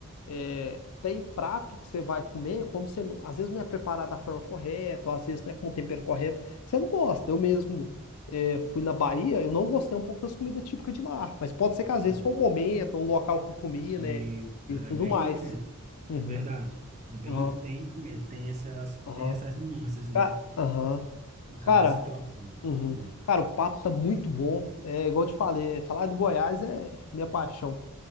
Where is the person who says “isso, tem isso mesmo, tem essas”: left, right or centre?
Right